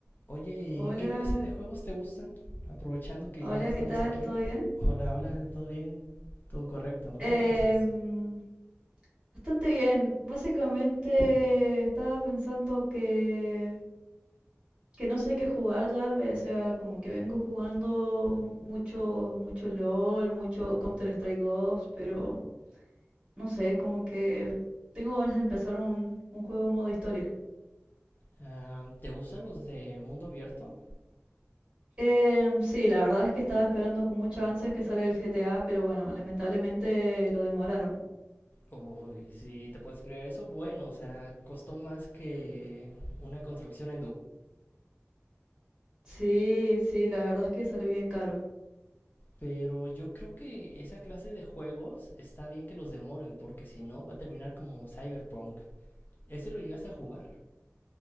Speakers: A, on the left; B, on the right.
A: Oye, ¿y
B: Hola,
A: qué clase de juegos te gustan? Aprovechando que
B: hola,
A: ya estamos
B: ¿qué tal?
A: aquí.
B: ¿Todo bien?
A: Hola, hola, ¿todo bien? ¿Todo correcto?
B: Em,
A: ¿Tú cómo estás?
B: bastante bien. Básicamente estaba pensando que, que no sé qué jugar ya, o sea, como que vengo jugando mucho, mucho LOL, mucho Counter-Strike dos, pero no sé, como que tengo ganas de empezar un, un juego modo historia.
A: Ah, ¿te gustan los de mundo abierto?
B: Em, sí, la verdad es que estaba esperando con muchas ansias que sale el GTA, pero bueno, lamentablemente lo demoraron.
A: Uy, si te puedes creer eso, bueno, o sea, costó más que una construcción en Dubái.
B: Sí, sí, la verdad es que salió bien caro.
A: Pero yo creo que esa clase de juegos está bien que los demoren, porque si no va a terminar como Cyberpunk. ¿Ese lo llegaste a jugar?